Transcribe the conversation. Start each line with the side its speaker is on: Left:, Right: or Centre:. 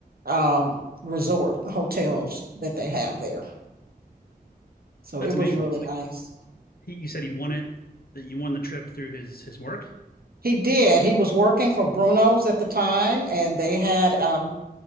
Right: um, resort hotels that they have there. So
Left: That's
Right: it
Left: amazing.
Right: was really
Left: So
Right: nice.
Left: he, you said he won it, that you won the trip through his his work?
Right: He did. He was working for Bruno's at the time, and they had um,